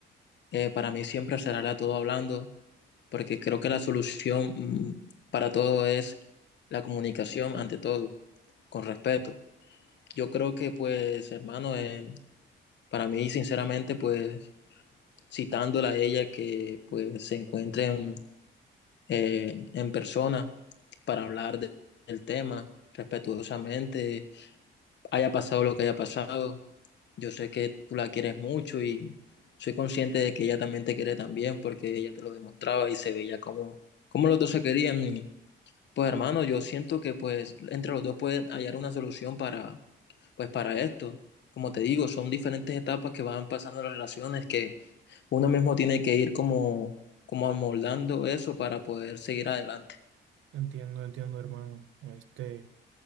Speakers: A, on the left (about 60°); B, on the right (about 80°).
A: eh, para mí siempre será todo hablando, porque creo que la solución, mm, para todo es la comunicación ante todo, con respeto. Yo creo que pues, hermano, eh, para mí, sinceramente, pues, citándola a ella, que pues se encuentren eh, en persona para hablar de- del tema respetuosamente, haya pasado lo que haya pasado. Yo sé que tú la quieres mucho y soy consciente de que ella también te quiere también porque ella te lo demostraba y se veía como, como los dos se querían y pues hermano, yo siento que pues entre los dos pueden hallar una solución para pues para esto. Como te digo, son diferentes etapas que van pasando las relaciones que uno mismo tiene que ir como como amoldando eso para poder seguir adelante.
B: Entiendo, entiendo, hermano. Este,